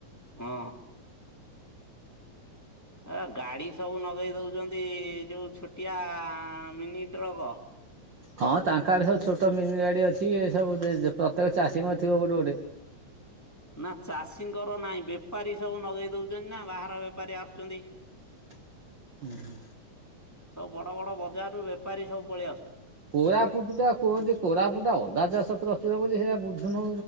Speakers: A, in the centre; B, on the right.
A: ହଁ। ଆ ଗାଡି ସବୁ ନଗେଇ ଦଉଛନ୍ତି ଯୋଉ ଛୋଟିଆ ମିନି ଟ୍ରକ୍।
B: ହଁ ତାଙ୍କ ଆଡେ ସବୁ ଛୋଟ ମିନି ଗାଡି ଅଛି ଏ ସବୁ ପ୍ରତ୍ୟେକ ଚାଷୀଙ୍କ ଥିବ ଗୋଟେ ଗୋଟେ।
A: ହୁଁ ନା ଚାଷୀଙ୍କର ନାହିଁ ବେପାରୀ ସବୁ ନଗେଇ ଦଉଛନ୍ତି ନା ବାହାର ବେପାରୀ ଆସୁଛନ୍ତି
B: <inaudible> ହୁଁ ହୁଁ
A: ସବୁ ବଡ ବଡ ବଜାରରୁ ବେପାରୀ ସବୁ ପଳେଇଆ
B: କୋରାପୁଟ ଟା କୁହନ୍ତି କୋରାପୁଟଟା ଅଦା ଚାଷ ପ୍ରଚୁର ବୋଲି ସେଇ ବୁଝୁନୁ